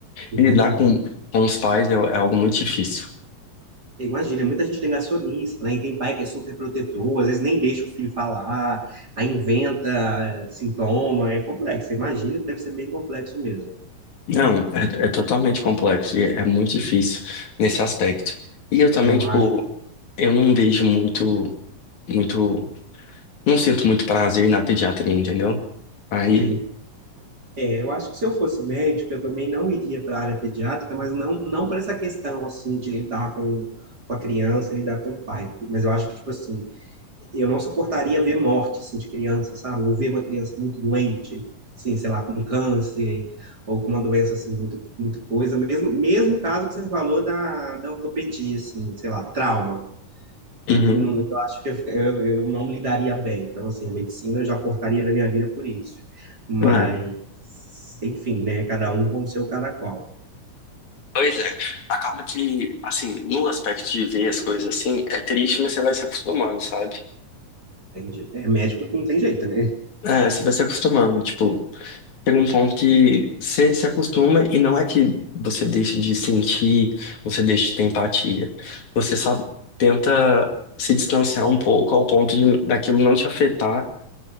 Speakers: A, on the right; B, on the left.
A: imagina.
B: e lidar com, com os pais é, é algo muito difícil.
A: Imagina, muita gente negacionista, né? E tem pai que é super protetor, às vezes nem deixa o filho falar, aí inventa eh, sintoma, é complexo. Imagina que deve ser bem complexo mesmo.
B: Não, é, é totalmente complexo e é, é muito difícil nesse aspecto. E eu também,
A: Eu
B: tipo,
A: acho,
B: eu não vejo muito. muito. Não sinto muito prazer na pediatria, entendeu? Aí.
A: entende? É, eu acho que se eu fosse médico, eu também não iria para a área pediátrica, mas não, não para essa questão, assim, de lidar com, com a criança, lidar com o pai. Mas eu acho que, tipo assim, eu não suportaria ver morte assim, de criança, sabe? Ou ver uma criança muito doente, assim, sei lá, com câncer, ou com uma doença assim, muito, muito coisa. Mesmo, mesmo caso que você falou da, da ortopedia, assim, sei lá, trauma.
B: Uhum.
A: Hum, Eu acho que eu, eu, eu não me lidaria bem. Então, assim, a medicina eu já cortaria da minha vida por isso. Mas,
B: É.
A: enfim, né? Cada um com o seu cada qual.
B: Pois é. Acaba que, assim, no aspecto de ver as coisas assim, é triste, mas você vai se acostumando, sabe?
A: Entende? É médico que não tem jeito, né?
B: É, você vai se acostumando. Tipo, chega um ponto que você se acostuma e não é que você deixe de sentir, você deixe de ter empatia. Você só tenta se distanciar um pouco ao ponto de daquilo não te afetar